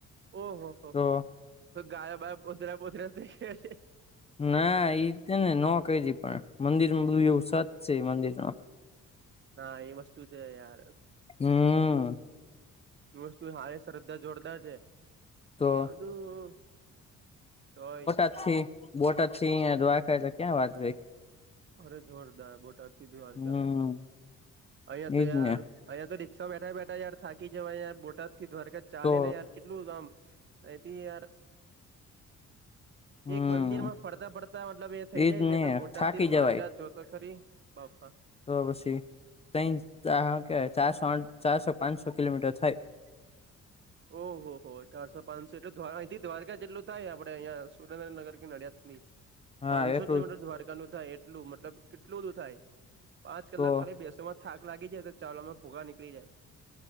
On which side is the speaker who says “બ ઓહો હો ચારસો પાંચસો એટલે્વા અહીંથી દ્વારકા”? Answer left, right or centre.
Right